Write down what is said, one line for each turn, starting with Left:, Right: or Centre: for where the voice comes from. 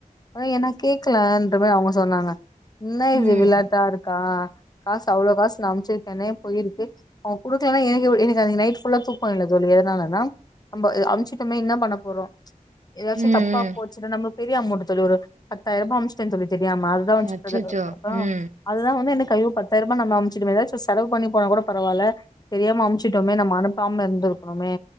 Left: அத எனக் கேக்கலன்ற மாரி அவுங்க சொன்னாங்க என்ன இது
Right: ம்
Left: விளாட்டா இருக்கா காசு அவ்ளோ காசு நா அம்ச்சுருக்கேனே போயிருக்கு அவ்ங் குடுக்லன்னா எனக்கு எவ் எனக்கு அனக்கி நைட் ஃபுல்லா தூக்கொ இல்ல தோழி அத்னால நம் நம்ப எ அம்ச்சுட்டமே என்னா பண்ண போறோ ஏதாச்சு
Right: ம்
Left: தப்பா
Right: ம்
Left: போச்சுன்னா நம்ம பெரிய அமௌன்ட்டு தோழி ஒரு பத்தாயிருபா அம்ச்சிட்டே தோழி தெரியாம அதுதா வன்ச்
Right: அச்சச்சோ
Left: அது அப்பறோ
Right: ம்
Left: அதுதா வந்து எனக் அய்யோ பத்தாய்ருபா நம்ம அம்ச்சிட்டமே ஏதாச்சு செலவு பண்ணி போனா கூட பரவால்ல தெரியாம அம்ச்சிட்டோமே நம்ம அனுப்பாம இருந்துருக்ணுமே